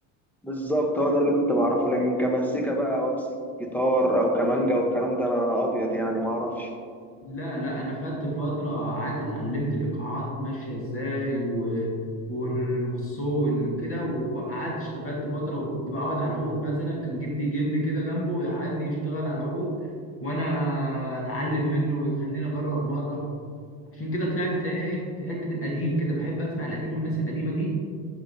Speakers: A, in the centre; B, on the left.
A: بالظبط هو ده اللي كنت بعرفه لكن كمزيكا بقى وامسك جيتار او كمانجا والكلام ده انا ابيض يعني ما اعرفش
B: لا لا انا خدت فتره قعدت اتعلمت الايقاعات ماشيه ازاي و... وال- والصو وال- كده وقعدت اشتغلت فتره وكنت بقعد على العود مثلا كان جدي يجيبني كده جنبه ويقعدني يشتغل على العود وانا اتعلم منه ويخليني اجرب مره عشان كده طلعت تلاقيني ايه في حته القديم كده بحب اسمع القديم والناس القديمه دي